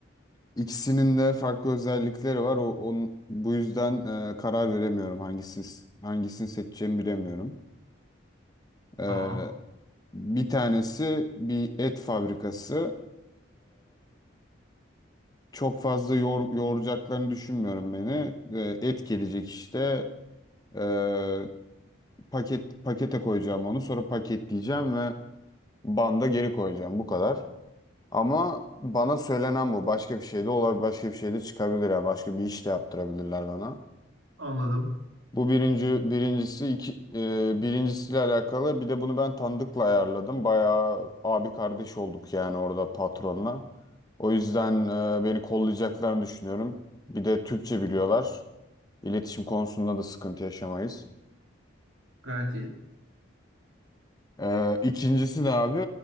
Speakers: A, on the left; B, on the right.
A: İkisinin de farklı özellikleri var. O, on- bu yüzden e, karar veremiyorum hangisini hangisini seçeceğimi bilemiyorum. E,
B: Tamam.
A: bir tanesi bir et fabrikası. çok fazla yor, yoğuracaklarını düşünmüyorum beni. Ee, et gelecek işte. Ee, paket pakete koyacağım onu. Sonra paketleyeceğim ve banda geri koyacağım. Bu kadar. Ama bana söylenen bu. Başka bir şey de olabilir. Başka bir şey de çıkabilir. Yani başka bir iş de yaptırabilirler bana.
B: Anladım.
A: Bu birinci birincisi iki e, birincisiyle alakalı. Bir de bunu ben Tandık'la ayarladım. Bayağı abi kardeş olduk yani orada patronla. O yüzden e, beni kollayacaklarını düşünüyorum. Bir de Türkçe biliyorlar. İletişim konusunda da sıkıntı yaşamayız.
B: Gayet iyi.
A: E, ikincisi de abi